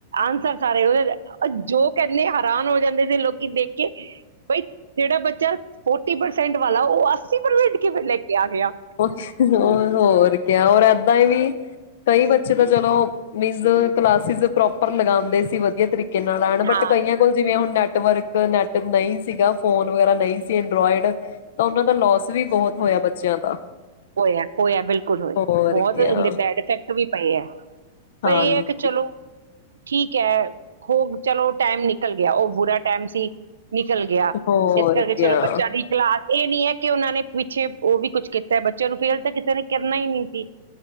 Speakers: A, on the right; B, on the left.
A: ਆਨਸਰ ਸਾਰੇ ਉਹਦੇ ਆ ਆ ਜੋ ਕਹਿੰਦੇ ਹੈਰਾਨ ਹੋ ਜਾਂਦੇ ਲੋਕੀਂ ਦੇਖ ਕੇ ਬਈ ਜਿਹੜਾ ਬੱਚਾ ਫੋ ਥਰਟੀ ਪ੍ਰਸੈਂਟ ਵਾਲਾ ਉਹ ਅੱਸੀ ਪ੍ਰਸੈਂਟ ਕਿਵੇ ਲੈ ਕੇ ਆ ਗਿਆ
B: ਹੋਰ ਹੋਰ ਕਿਆ ਹੋਰ ਅਬ। ਐਵੀਂ। ਕਈ ਬੱਚੇ ਤਾਂ ਚਲੋ ਮੀਨਸ ਕਲਾਸਿਸ ਪ੍ਰੋਪ ਰ ਲਗਾਉਦੇ ਸੀ ਵਧੀਆ ਤਰੀਕੇ <unintelligible> ਕਿੰਨਾਂ ਲੈਣ
A: ਹਾਂ
B: ਬਟ ਕਈ ਆ ਕੋਲ ਜੀਵੇ ਨੈਟ ਨੈਟਵਰਕ ਨੈਟ ਨਹੀਂ ਸੀਗਾ, ਫੋਨ ਵਗੈਰਾ ਨਹੀਂ ਸੀ, ਐਡਰਾੋਇਡ। ਤਾਂ ਉਹਨਾਂ ਦਾ ਲੋਸ ਵੀ ਬਹੁਤ ਹੋਇਆ, ਪਰ ਸਮਾਨ ਦਾ।
A: ਹੋਇਆ ਹੋਇਆ ਬਿਲਕੁਲ ਹੋਇਆ,
B: ਹੋਰ
A: ਬਹੁਤ
B: ਕਿਆ
A: ਇਹਦੇ ਬੈਡ ਇਫੈਕਟ ਵੀ ਪਏ ਏ। ਪਰ
B: ਹਾਂਜੀ
A: ਇਹ ਹੈ, ਕਿ ਚਲੋ, ਠੀਕ ਹੈ। ਹੋਰ। ਚਲੋ ਟਾਈਮ ਨਿਕਲ ਗਿਆ, ਉਹ ਬੁਰੇ ਟੈਮ ਸੀ। ਨਿਕਲ ਗਿਆ
B: ਹੋਰ
A: ਇਸ ਕਰਕੇ
B: ਕਿਆ
A: ਚੱਲੋ ਬੱਚਿਆਂ ਦੀ ਕਲਾਸ ਇਹ ਨੀ ਹੈ। ਕੇ ਉਹਨਾਂ ਨੇ ਪਿੱਛੇ ਉਹ ਵੀ ਕੁੱਛ ਕੀਤਾ ਤੇ ਬੱਚੇ ਨੂੰ ਫੇਲ ਤਾਂ ਕਿਸੇ ਨੇ ਕਿਨਾ ਹੀ ਨਹੀਂ ਸੀ,